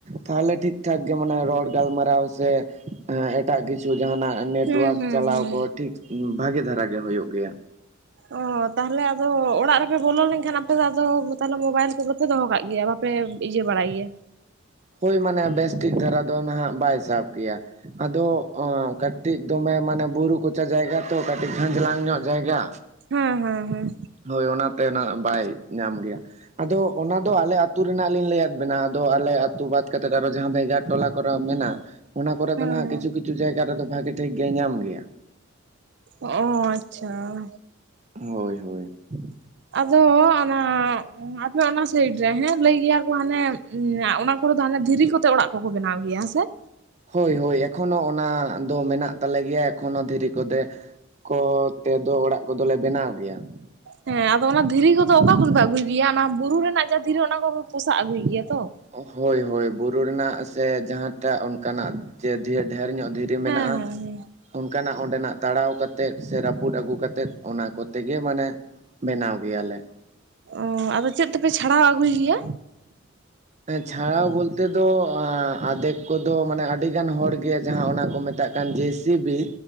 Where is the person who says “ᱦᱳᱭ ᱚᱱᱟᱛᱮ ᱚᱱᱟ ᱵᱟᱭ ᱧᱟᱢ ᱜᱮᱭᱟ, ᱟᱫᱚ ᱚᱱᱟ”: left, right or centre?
Right